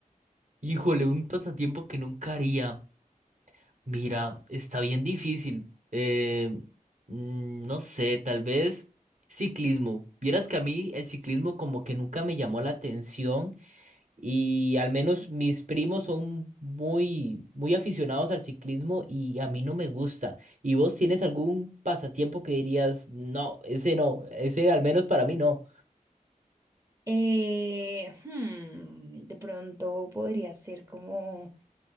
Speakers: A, on the right (about 55°); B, on the right (about 20°).
A: Híjole, un pasatiempo que nunca haría. Mira, está bien difícil. Eh, mm, no sé, tal vez ciclismo. Vieras que a mí el ciclismo como que nunca me llamó la atención y al menos mis primos son muy, muy aficionados al ciclismo y a mí no me gusta. ¿Y vos tienes algún pasatiempo que dirías, no, ese no, ese al menos para mí no?
B: Eh, hmm, de pronto podría ser como...